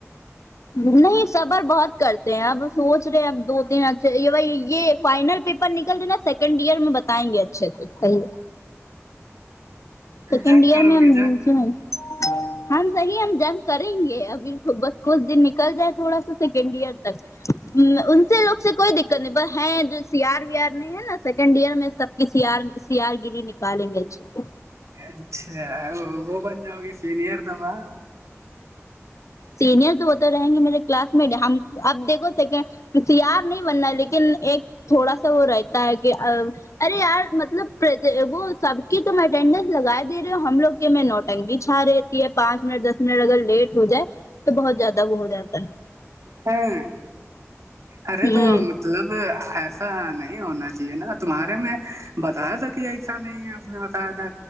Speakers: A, on the left; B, on the right.
A: نہیں صبر بہت کرتے ہیں اب سوچ رہے ہیں اب دو تین اھے یہ بھائی یہ فائنل پیپر پرہنکل دنا سیکنڈ ایئر میں بتاے گے اچھے سے صحیح ہے سیکنڈئر
B: جنگ کرو
A: میں ان
B: گے جنگ
A: ہے سو ہے ہم صحیح ہم جنگ کریں گے ابھی تو بس کچھ دن نکل جائے تھوڑا سا سیکنڈ ایئر تک ان سے لوگ اس سے کوئی دیکت نہیں ہے جو سی آر وی آر ہے نا سیکنڈ ایئر میں سب کی سی آر سی آر گیری نکالیں گے اچھے سے
B: اچھا وہ بن جاؤ گی سینئر تھابا
A: سینئر تو وہ تو رہیں گے میرے کلاس مٹ ہم اب دیکھو سیکنڈ سی آر نہیں بننا لیکن ایک تھوڑا سا وہ رہتا ہے کہ ارے یار مطلب وہ سب کی تم اٹینڈینس لگا دے رہے ہو ہم لوگ کے میں نوٹنگی چھا رہے تھے یہ پانچ منٹ دس منٹ اگر لیٹ ہو جائے تو بہت زیادہ وہ ہو جاتا ہے
B: ہاں ارے تو
A: ہوں
B: مطلب ایسا نہیں ہونا چاہیے نا تمہارے میں بتایا تھا کہ یہ ایسا نہیں ہے اس نے بتایا تھا